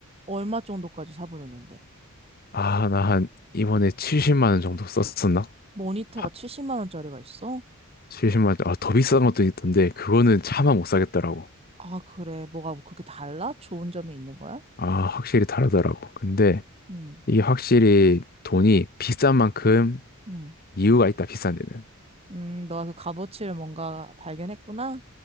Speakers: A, on the right (about 25°); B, on the left (about 45°).
A: 얼마 정도까지 사보려는데?
B: 아, 나 한 이번에 70만 원 정도 썼었나?
A: 모니터가
B: 아,
A: 70만 원짜리가 있어?
B: 70만 원, 아, 더 비싼 것도 있던데 그거는 차마 못 사겠더라고.
A: 아, 그래. 뭐가 그렇게 달라? 좋은 점이 있는 거야?
B: 아, 확실히 다르더라고. 근데
A: 음,
B: 이게 확실히 돈이 비싼 만큼
A: 음.
B: 이유가 있다, 비싼 데는.
A: 음, 너가 그 값어치를 뭔가 발견했구나?